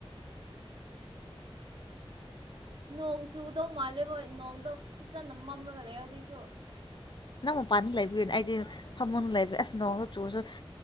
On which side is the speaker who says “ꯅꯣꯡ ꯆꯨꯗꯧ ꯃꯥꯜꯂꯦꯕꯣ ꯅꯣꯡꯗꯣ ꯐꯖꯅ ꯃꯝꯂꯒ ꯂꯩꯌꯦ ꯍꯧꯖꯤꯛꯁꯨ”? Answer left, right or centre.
Right